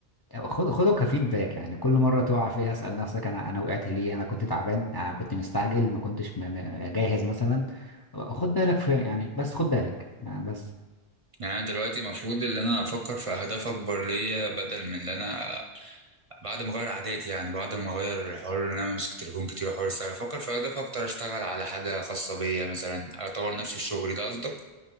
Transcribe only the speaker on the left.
خد خده كفيدباك يعني كل مرة تقع فيها اسأل نفسك انا انا وقعت ليه انا كنت تعبان انا كنت مستعجل ما كنتش م- م- جاهز مثلا خد بالك في يعني بس خد بالك يعني بس